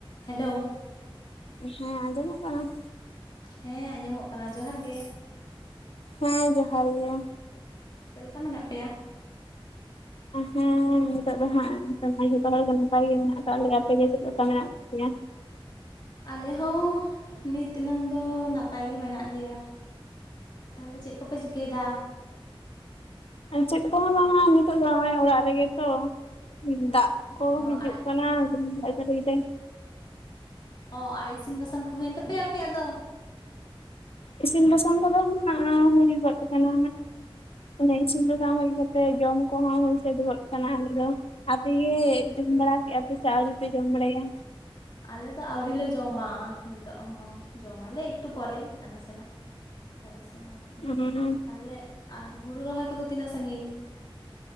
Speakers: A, on the left; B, on the left.
A: Hello.
B: ᱦᱮᱸ ᱟᱸᱡᱚᱢᱚᱜ ᱠᱟᱱᱟ?
A: ᱦᱮᱸ ᱟᱸᱡᱚᱢᱚᱜ ᱠᱟᱱᱟ ᱡᱚᱦᱟᱨ ᱜᱮ᱾
B: ᱦᱮᱸ ᱡᱚᱦᱟᱨ ᱜᱮ᱾
A: ᱪᱮᱫ ᱞᱮᱠᱟ ᱢᱮᱱᱟᱜ ᱯᱮᱭᱟ?
B: ᱦᱚᱸ ᱱᱤᱛᱚᱜ ᱫᱚ ᱦᱟᱸᱜ ᱡᱚᱛᱚ ᱦᱚᱲ ᱜᱮ ᱱᱟᱯᱟᱭ ᱜᱮ ᱢᱮᱱᱟᱜ ᱟᱠᱟᱫ ᱞᱮᱭᱟ᱾ ᱟᱯᱮ ᱜᱮ ᱪᱮᱫ ᱞᱮᱠᱟ ᱢᱮᱱᱟᱜ <unintelligible>
A: ᱟᱞᱮ ᱦᱚᱸ ᱱᱤᱛᱱᱟᱹᱝ ᱫᱚ ᱱᱟᱯᱟᱭ ᱜᱮ ᱢᱮᱱᱟᱜ ᱞᱮᱭᱟ᱾ ᱛᱟᱦᱞᱮ ᱪᱮᱫ ᱠᱚᱯᱮ ᱪᱤᱠᱟᱹᱭᱮᱫᱟ?
B: ᱟᱨ ᱪᱮᱫ ᱠᱚᱸᱦᱚᱸ ᱵᱟᱝᱟ ᱱᱤᱛᱚᱜ ᱡᱟᱸᱣᱟᱭ ᱚᱲᱟᱜ ᱨᱮᱜᱮ ᱛᱚ ᱢᱤᱫ ᱫᱟᱜ ᱠᱚ
A: ᱚ
B: ᱦᱤᱡᱩᱜ
A: ᱟᱨ
B: ᱠᱟᱱᱟ ᱨᱤᱢᱤᱞ ᱫᱟᱜ ᱡᱟᱲᱤ ᱮᱫᱟᱭ᱾
A: ᱚ ᱟᱨ ᱤᱥᱤᱱ ᱵᱟᱥᱟᱝ ᱠᱚ ᱦᱩᱭᱮᱱ ᱛᱟᱯᱮᱭᱟ ᱟᱯᱮᱭᱟᱜ ᱫᱚ?
B: ᱤᱥᱤᱱ ᱵᱟᱥᱟᱝ ᱠᱚᱫᱚ ᱦᱩᱭᱩᱜᱚᱫ ᱟᱠᱟᱱᱟ᱾ ᱚᱱᱮ ᱤᱥᱤᱱ ᱵᱟᱥᱟᱝ ᱦᱩᱭ ᱠᱟᱛᱮ ᱡᱚᱢ ᱠᱚᱦᱚᱸ ᱦᱩᱭ ᱥᱟ. ᱫ ᱜᱚᱹᱫ ᱟᱠᱟᱱᱟ ᱟᱞᱮ ᱫᱚ᱾ ᱟᱯᱮ ᱜᱮ
A: ᱚ
B: ᱡᱚᱢ ᱵᱟᱲᱟ ᱠᱮᱟᱯᱮ ᱥᱮ ᱟ. ᱣᱨᱤ ᱯᱮ ᱡᱚᱢ ᱵᱟᱲᱟᱭᱟ?
A: ᱟᱞᱮ ᱫᱚ ᱟᱹᱣᱨᱤ ᱞᱮ ᱡᱚᱢᱟ ᱱᱤᱛᱚᱜ ᱦᱚᱸ ᱡᱚᱢᱟᱞᱮ ᱮᱠᱴᱩ ᱯᱚᱨᱮ ᱟᱨ ᱱᱟᱥᱮᱱᱟᱜ᱾ ᱯᱚᱨᱮ ᱥᱮᱱ ᱟᱨᱠᱤ
B: ᱦᱩᱸ
A: ᱛᱟᱦᱞᱮ ᱟᱨ ᱦᱩᱲᱩ ᱨᱚᱦᱚᱭ ᱠᱚᱫᱚ ᱛᱤᱱᱟᱹᱜ ᱥᱟᱺᱜᱤᱧ?